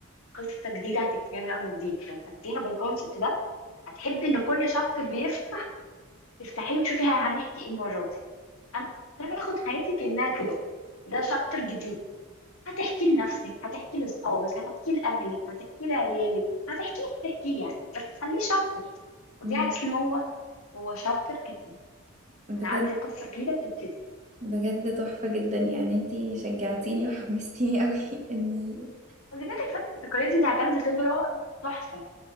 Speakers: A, on the left (about 75°); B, on the right (about 35°).
A: قصة جديدة هتكتبيها من أول وجديد لو خدتيها بالكونسبت ده هتحبي ان كل شابتر بيفتح تفتحيه وتشوفي ه- هنحكي ايه المره دي انا أنا باخد حياتي كانها كده ده شابتر جديد هتحكي لنفسك هتحكي لاصحابك هتحكي لاهلك هتحكي لعيالك هتحكي هتحكي يعني بس خليه شابتر
B: مم،
A: ودي على اساس ان هو هو شابتر جديد
B: بجد
A: انا عندي قصه جديده بتبتدي
B: بجد تحفة جدا يعني انتي شجعتيني وحمستيني قوي <laughs> اني
A: خدي بالك فتره الذكريات دي انت هتاخدي خبره تحفه